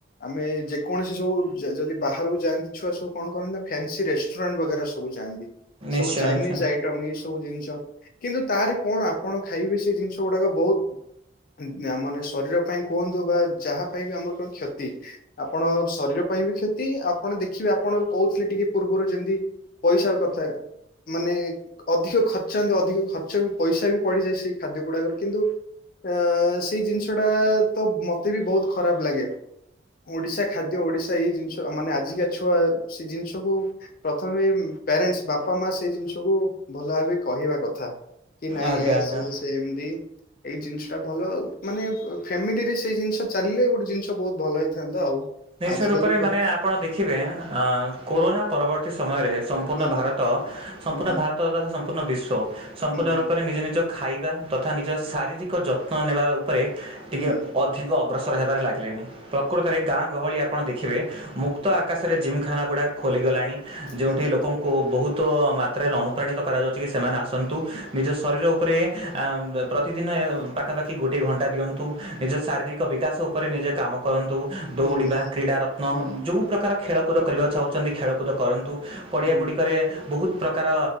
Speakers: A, on the left; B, on the right.
A: ଆମେ ଯେକୌଣସି ସବୁ ଯ-ଯଦି ବାହାରକୁ ଯାଆନ୍ତି। ଛୁଆ ସବୁ କଣ କରନ୍ତି ନା ଫ୍ୟାନ୍ସି ରେଷ୍ଟୁରାଣ୍ଟ ବଗେରା ସ ସବୁ ଯାଆନ୍ତି।
B: ନିଶ୍ଚୟ
A: ଚାଇନିଜ
B: ନିଶ୍ଚୟ
A: ଆଇଟମ୍ ଏଇ ସବୁ ଜିନିସ୍ କିନ୍ତୁ ତାହାରି କଣ ଆପଣ ଖାଇବେ ସେ ଜିନିଷ ଗୁଡାକ ବହୁତ ଉଁ ଆ ମାନେ ଶରୀର ପାଇଁ କୁହନ୍ତୁ ବା ଯାହା ପାଇଁ ବି ଆମର କଣ କ୍ଷତି ଆପଣ ଶରୀର ପାଇଁ ବି କ୍ଷତି ଆପଣ ଦେଖିବେ ଆପଣ କହୁଥିଲେ ଟିକେ ପୂର୍ବରୁ ଯେମିତି ପଇସା କଥା ମାନେ ଅଧିକ ଖ ର୍ଚ୍ଚାନ୍ତ ଅଧିକ ଖର୍ଚ୍ଚ ବି ପଇସା ବି ପଡିିଯାଏ ସେ ଖାଦ୍ୟ ଗୁଡାକରେ। କିନ୍ତୁ ଆ ସେଇ ଜିନିଷ ଟା ତ ମତେ ବି ବହୁତ ଖରାପ ଲାଗେ। ଓଡିଶା ଖାଦ୍ୟ ଓଡିଶା ଏଇ ଜିନିଷ ମାନେ ଆଜି କା ଛୁଆ ସେ ଜିନିଷକୁ ପ୍ରଥମେ ପ୍ୟାରେଣ୍ଟସ୍ ବାପା ମାଆ ସେଇ ଜିନିଷକୁୁ ଭଲ ଭାବେ କହିବା କଥା କି ନାଇଁ
B: ଆଜ୍ଞା
A: ଏହା
B: ଆଜ୍ଞା
A: ସେ ସେମତି। ଏଇ ଜିନିଷଟା ଭଲ ଆଉ ମାନେ ଉ ଫ୍ୟାମିଲିରେ ସେଇ ଜିନିଷ ଚାଲିଲେ ଗୋଟେ ଜିନିଷ ବହୁତ ଭଲ ହେଇଥାନ୍ତା ଆଉ।
B: ନିଶ୍ଚୟ
A: ଆଜିକାଲି
B: ରୂପରେ
A: ତ
B: ମାନେ ଆପଣ ଦେଖିବେ ଆଁ କୋରୋନା ପରବର୍ତ୍ତୀ ସମୟରେ ସମ୍ ସମ୍ପୂର୍ଣ୍ଣ
A: ହୁଁ
B: ଭାରତ ସମ୍ପୂର୍ଣ୍ଣ
A: ହୁଁ
B: ଭାରତ ତଥା ସମ୍ପୂର୍ଣ୍ଣ ବିଶ୍ୱ ସମ୍ପୂର୍ଣ୍ଣ
A: ହୁଁ
B: ରୂପରେ ନିଜେ ନିଜ ଖାଇବା ତଥା ନିଜ ଶାରୀରିକ ଯତ୍ନ ନେବା ଉପରେ ଟିକେ
A: ହୁଁ
B: ଅ ଧିକ ଅଗ୍ରସର ହେବାରେ ଲାଗିଲେଣି। ପ୍ରକୃତରେ ଗାଁ ଗହଳି ଆପଣ ଦେଖିବେ ମୁକ୍ତ ଆକାଶରେ ଜିମଖାନା ଗୁଡ଼ା ଖୋଲିଗଲାଣି। ଯେଉଁଠି
A: ହୁଁ
B: ଲୋକ କୁ ବହୁତ ମାତ୍ରାରେ ଅନୁପ୍ରାଣିତ କରାଯାଉଚି କି ସେମାନେ ଆସନ୍ତୁ ନିଜ ଶରୀର ଉପରେ ଆଁ ବ୍ ପ୍ରତିଦିନ ଏ ପାଖାପାଖି ଗୋଟଏ ଘଣ୍ଟା ଦିଅନ୍ତୁ। ନିଜ ଶାରୀରିକ ବିକାଶ ଉପରେ ନିଜେ କାମ କରନ୍ତୁ। ଦୌଡ଼ିବା
A: ହୁଁ ହୁଁ
B: କ୍ରୀଡ଼ାରତ୍ନ
A: ହୁଁ ହୁଁ
B: ଯୋଉ ପ୍ରକାର ଖେଳକୁଦ କରିବାକୁ ଚାହୁଁଚନ୍ତି ଖେଳକୁଦ କରନ୍ତୁ। ପଡ଼ିଆ
A: ହୁଁ
B: ଗୁଡ଼ିକରେ ବହୁତ ପ୍ର କାର